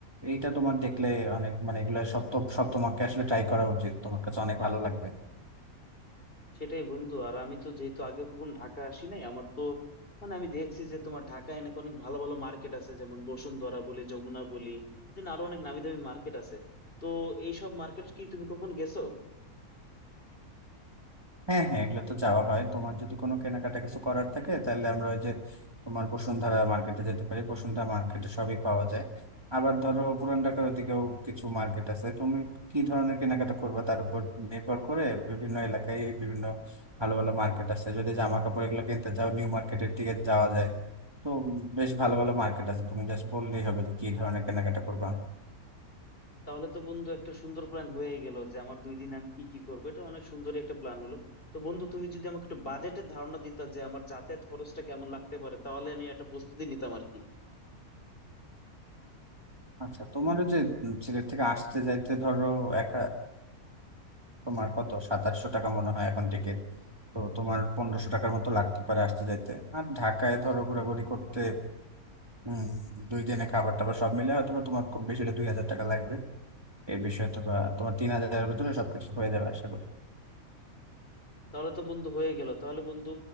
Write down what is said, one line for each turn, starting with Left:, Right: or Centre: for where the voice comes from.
Right: এইটা তোমার দেখলে অনেক মানে এগুলো সব তো সব তোমাকে আসলে ট্রাই করা উচিত তোমার কাছে অনেক ভালো লাগবে
Left: সেটাই বন্ধু আর আমি তো যেহেতু আগে কখন ঢাকা আসি নাই আমার তো মানে আমি দেখছি যে তোমার ঢাকায় নাকি অনেক ভালো ভালো মার্কেট আছে যেমন বসুন্ধরা বলি যমুনা বলি দেন আরো অনেক নামি দামি মার্কেট আছে তো এইসব মার্কেট কি তুমি কখন গেছো
Right: হ্যাঁ হ্যাঁ এগুলো তো যাওয়া হয় তোমার যদি কোনো কেনাকাটা কিছু করার থাকে তাহলে আমরা ওই যে তোমার বসুন্ধরা মার্কেটে যেতে পারি বসুন্ধরা মার্কেটে সবই পাওয়া যায় আবার ধরো পুরান ঢাকার ওদিকেও কিছু মার্কেট আছে তুমি কি ধরনের কেনাকাটা করবে তার উপর নির্ভর করে বিভিন্ন এলাকায় বিভিন্ন ভালো ভালো মার্কেট আছে যদি জামা কাপড় এগুলো কিনতে চাও নিউ মার্কেটের দিকে যাওয়া যায় তো বেশ ভালো ভালো মার্কেট আছে তুমি জাস্ট বললেই হবে যে কি ধরনের কেনাকাটা করবা
Left: তাহলে তো বন্ধু একটা সুন্দর প্ল্যান হয়ে গেল যে আমার দুই দিন আমি কি কি করবো এটা অনেক সুন্দর একটা প্ল্যান হলো তো বন্ধু তুমি যদি আমাকে একটু বাজেটের ধারণা দিতা যে আমার যাতায়াত খরচটা কেমন লাগতে পারে তাহলে আমি একটা প্রস্তুতি নিতাম আর কি
Right: আচ্ছা তোমারও যে উম সিলেট থেকে আসতে যাইতে ধরো এক তোমার কত সাতাশশো টাকা মনে হয় এখন টিকিট তো তোমার পনেরোশো টাকার মতো লাগতে পারে আসতে যাইতে আর ঢাকায় ধরো ঘোরাঘুরি করতে উম দুই দিনে খাবার টাবার সব মিলে হয়তো বা তোমার খুব বেশি হলে দুই হাজার টাকা লাগবে এর বিষয়ে তো বা তোমার তিন হাজারের ভিতরে সবকিছু হয়ে যাবে আশা করি
Left: তাহলে তো বন্ধু হয়ে গেল তাহলে বন্ধু